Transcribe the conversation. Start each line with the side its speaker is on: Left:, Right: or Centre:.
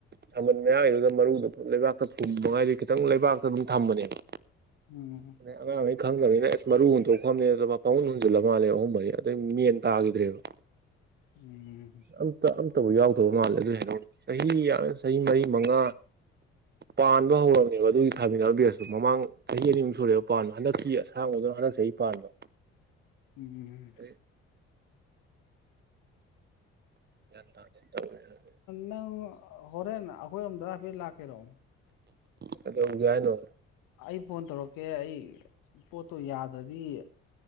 Right: ꯁꯝꯃꯟ ꯃꯌꯥꯏꯒꯤꯗꯨꯒ ꯃꯔꯨꯗ ꯂꯩꯕꯥꯛꯇ ꯐꯨꯟ ꯃꯉꯥꯏꯗ ꯈꯤꯇꯪ ꯂꯩꯕꯥꯛꯇ ꯑꯗꯨꯝ ꯊꯝꯕꯅꯦꯕ
Left: ꯎꯝ
Right: ꯑꯉꯥꯡꯈꯩ ꯈꯪꯗꯕꯅꯤꯅ ꯑꯁ ꯃꯔꯨ ꯍꯨꯟꯇꯣꯛꯐꯝꯅꯦꯗꯕ ꯄꯪꯍꯨꯟ ꯍꯨꯟꯖꯤꯜꯂ ꯃꯥꯜꯂꯦ ꯑꯍꯨꯝ ꯃꯔꯤ ꯑꯗꯩ ꯃꯦꯟ ꯇꯥꯒꯝꯗ꯭ꯔꯦꯕ
Left: ꯎꯝ
Right: ꯑꯝꯇ ꯑꯇꯕꯨ ꯌꯥꯎꯗꯕ ꯃꯥꯜꯂꯦ ꯑꯗꯨꯏ ꯍꯩꯅꯧꯗꯣ ꯆꯍꯤ ꯌꯥꯝ ꯆꯍꯤ ꯃꯔꯤ ꯃꯉꯥ ꯄꯥꯟꯕ ꯍꯧꯔꯝꯅꯦꯕ ꯑꯗꯨꯒꯤ ꯊꯥꯃꯤꯟꯅꯕ ꯕꯦꯁꯇꯨ ꯃꯃꯥꯡ ꯆꯍꯤ ꯑꯅꯤꯃꯛ ꯁꯨꯔꯦꯕ ꯄꯥꯟꯕ ꯍꯟꯗꯛꯤ ꯑꯁꯥꯡꯕꯗꯣ ꯍꯟꯗꯛ ꯆꯩ ꯄꯥꯟꯕ
Left: ꯎꯝ
Right: ꯑꯗꯩ ꯌꯥꯟ ꯇꯥꯗꯦ ꯇꯧꯋꯦꯑ <unintelligible>
Left: ꯅꯪ ꯍꯣꯔꯦꯟ ꯑꯩꯈꯣꯏꯔꯣꯝꯗ ꯍꯥꯏꯐꯦꯠ ꯂꯥꯛꯀꯦꯔꯣ
Right: ꯀꯩꯗꯧꯖꯦ ꯍꯥꯏꯅꯣ
Left: ꯑꯩ ꯐꯣꯟ ꯇꯧꯔꯛꯀꯦ ꯑꯩ ꯄꯣꯠꯇꯣ ꯌꯥꯗꯗꯤ